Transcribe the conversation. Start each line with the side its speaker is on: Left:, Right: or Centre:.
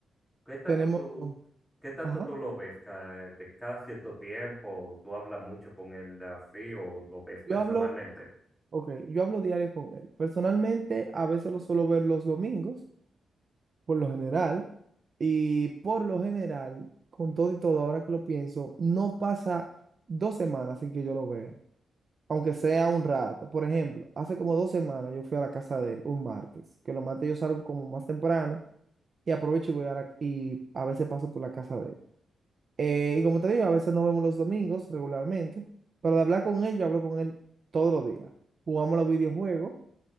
Centre: ¿Qué tanto
Right: Tenemos,
Centre: tú, qué tanto
Right: ajá,
Centre: tú lo ves? Cada, de cada cierto tiempo, ¿tú hablas mucho con él de así o lo ves
Right: yo
Centre: personalmente?
Right: hablo, ok, yo hablo diario con él. Personalmente, a veces lo suelo ver los domingos, por lo general, y por lo general, con todo y todo, ahora que lo pienso, no pasa dos semanas sin que yo lo vea, aunque sea un rato. Por ejemplo, hace como dos semanas yo fui a la casa de él un martes, que los martes yo salgo como más temprano y aprovecho y voy a la- y a veces paso por la casa de él. Eh, y como te digo, a veces nos vemos los domingos regularmente, pero de hablar con él, yo hablo con él todos los días. Jugamos los videojuegos,